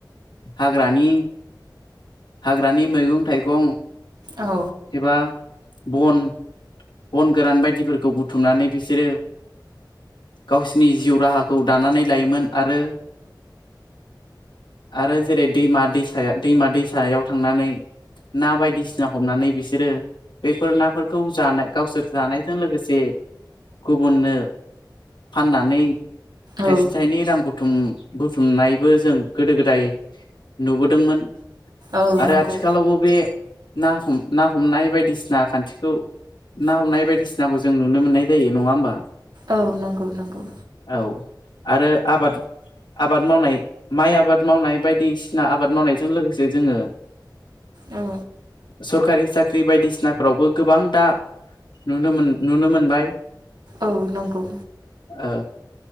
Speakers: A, on the left; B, on the right.
A: हाग्रानि हाग्रानि मैगं थाइ गं
B: औ
A: एबा बन बन गोरान बायदिफोरखौ बुथुमनानै बिसोरो गावसिनि जिउ राहाखौ दानानै लायोमोन आरो आरो जेरै दैमा दैसायाव दैमा दैसायाव थांनानै ना बायदिसिना हमनानै बिसोरो बेफोर नाफोरखौ जानाय गावसोर जानायजों लोगोसे गुबुननो फाननानै
B: औ
A: थाइसे थाइनै रां बुथुम बुथुमनायबो जों गोदो गोदाय नुबोदोंमोन।
B: औ
A: आरो
B: नंगौ।
A: आथिखालावबो बे ना हमना हमनाय बायदिसिना खान्थिखौ ना हमनाय बायदिसिनाखौ जों नुनो मोननाय जायो नङा होमबा?
B: औ नंगौ नंगौ।
A: औ आरो आबाद आबाद मावनाय माइ आबाद मावनाय बायदिसिना आबाद मावनायजों लोगोसे जोङो
B: औ।
A: सोरखारि साख्रि बायदिसिनाफोरावबो गोबां दा नुनो मोन नुनो मोनबाय।
B: औ नंगौ।
A: ओ